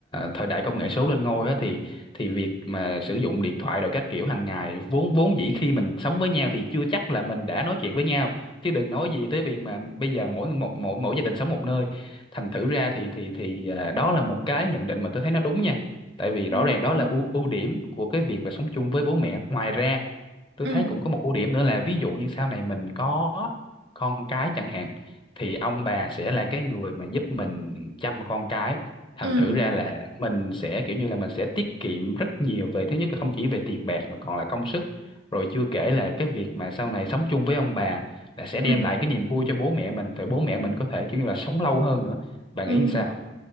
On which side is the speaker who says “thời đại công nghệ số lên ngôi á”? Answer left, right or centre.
Left